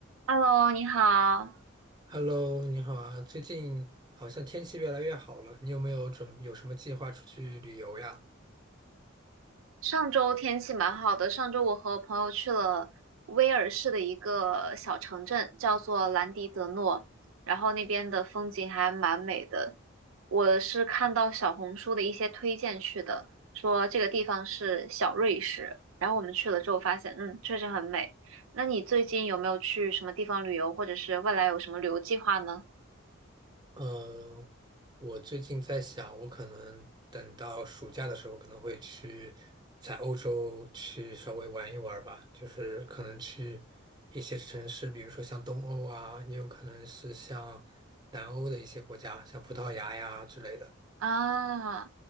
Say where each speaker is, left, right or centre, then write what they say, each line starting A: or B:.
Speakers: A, on the right; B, on the right.
A: Hello，你好。
B: Hello，你好啊！最近好像天气越来越好了，你有没有准有什么计划出去旅游呀？
A: 上周天气蛮好的，上周我和朋友去了威尔士的一个小城镇，叫做兰迪德诺，然后那边的风景还蛮美的。我是看到小红书的一些推荐去的，说这个地方是小瑞士，然后我们去了之后发现，嗯，确实很美。那你最近有没有去什么地方旅游，或者是未来有什么旅游计划呢？
B: 嗯，我最近在想，我可能等到暑假的时候，可能会去在欧洲去稍微玩一玩吧，就是可能去一些城市，比如说像东欧啊，也有可能是像南欧的一些国家，像葡萄牙呀之类的。
A: 啊，